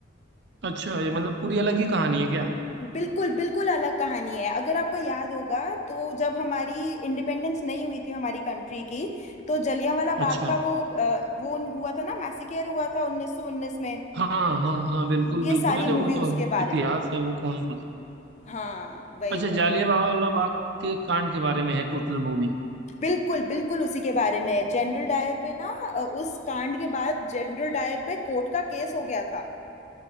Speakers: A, on the right; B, on the left.
A: अच्छा ये मतलब पूरी अलग ही कहानी है क्या
B: बिल्कुल बिल्कुल अलग कहानी है अगर आपको याद होगा तो जब हमारी इंडिपेंडेंस नहीं हुई थी हमारी कंट्री की तो जलियांवाला
A: अच्छा
B: बाग का वो अ, वो हुआ था ना मैसेकेयर हुआ था 1919 में
A: हाँ हाँ हाँ बिल्कुल
B: ये
A: बिल्कुल
B: सारी
A: अरे
B: मूवी
A: वो
B: उसके
A: तो
B: बारे
A: इतिहास
B: में है
A: है वो कौन बोल
B: हाँ वही
A: अच्छा
B: वही
A: जालियांवाला बाग के कांड के बारे में है टोटल मूवी
B: बिल्कुल बिल्कुल उसी के बारे में जनरल डायर पे ना अ, उस कांड के बाद जनरल डायर पे कोर्ट का केस हो गया था